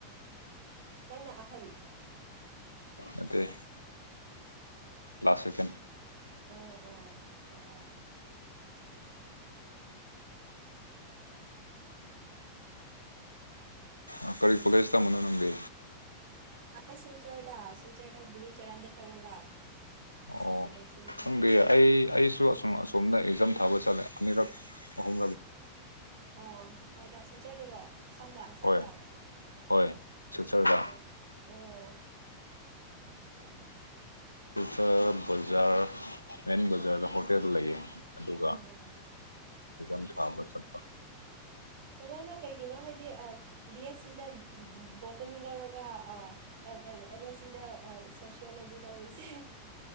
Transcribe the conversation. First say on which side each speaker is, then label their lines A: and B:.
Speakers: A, on the right (about 55°); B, on the left (about 85°).
A: ꯅꯪꯅ ꯑꯍꯟ
B: ꯑ ꯂꯥꯁ ꯁꯦꯀꯦꯟ ꯎꯝ
A: ꯑꯣ ꯑꯣ ꯑꯣ
B: ꯑ ꯀꯔꯤ ꯐꯒꯁꯇ ꯃꯅ ꯅꯪꯒꯦ
A: ꯑꯗꯦ ꯁꯤꯜꯆꯥꯥꯏꯗ ꯁꯤꯜꯆꯔꯗ ꯒꯨꯔꯨ ꯆꯔꯥꯟꯗ ꯈꯪꯕ꯭ꯔꯥ ꯖꯤ
B: ꯑꯣ
A: ꯁꯤ ꯀꯣꯂꯦꯖꯅ ꯍꯥꯏꯕꯗꯣ
B: ꯈꯪꯗꯦ ꯑꯩ ꯑꯩꯁꯨ ꯑꯁꯨꯝ ꯑꯁꯣꯝꯅ ꯑꯦꯛꯖꯥꯝ ꯊꯕꯣ ꯆꯂꯦ ꯑꯃꯔꯛ ꯑꯍꯨꯝ
A: ꯑꯣ ꯀꯥꯏꯗ ꯁꯤꯜꯆꯗꯔꯣ ꯑꯁꯝꯗ ꯑꯁꯥꯝꯗ
B: ꯍꯣꯏ
A: ꯑꯣ
B: ꯍꯣꯏ ꯁꯤꯜꯆꯔꯗ
A: ꯑꯣ ꯑꯣ ꯑꯣ ꯑ
B: ꯍꯧ ꯕꯖꯥꯔ ꯃꯦꯟ ꯕꯖꯥꯔꯗ ꯍꯣꯇꯦꯜ ꯂꯩꯌꯦ ꯑꯗꯨꯒ
A: ꯑꯥ
B: ꯝ ꯊꯥꯕ ꯆꯛꯄ
A: ꯑꯗꯨꯅ ꯀꯩꯒꯤꯅꯣ ꯍꯥꯏꯗꯤ ꯕꯤ ꯑꯦꯁ ꯁꯤꯗ ꯕꯣꯠꯇꯅꯤ ꯂꯧꯔꯒ ꯑꯦꯝ ꯑꯦꯁ ꯁꯤꯗ ꯁꯣꯁꯤꯌꯣꯂꯣꯖꯤꯗ ꯑꯣꯏꯔꯤꯁꯦ